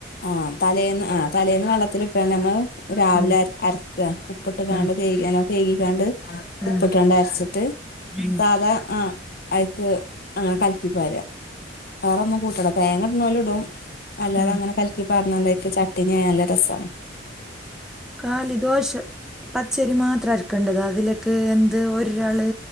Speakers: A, on the left; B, in the centre.
A: ആഹ് തലേന്ന് ആഹ് തലേന്ന് വെള്ളത്തിലിട്ടാണ്ട് നമ്മൾ രാവിലെ
B: ഉം
A: അരച്ച് ഉപ്പിട്ട് കാണ്ട്
B: ആ
A: കയ് നല്ലോം കയികിക്കാണ്ട്
B: ആ
A: ഉപ്പിട്ടാണ്ട് അരച്ചിട്ട്
B: ആ
A: സാധാ ആ അയിക്ക് കലക്കി പാരാ വേറൊന്നും കൂട്ടണ്ട ഇടുന്നോല് ഇടും അല്ലാതെ
B: ആ
A: അങ്ങനെ കലിക്കി പറഞ്ഞണ്ടായിരിക്കും ചട്ടിണിയായ നല്ല രസമാ
B: കാലി ദോശ പച്ചരി മാത്രം അരക്കേണ്ടത് അതിലേക്ക് എന്ത് ഒരാള്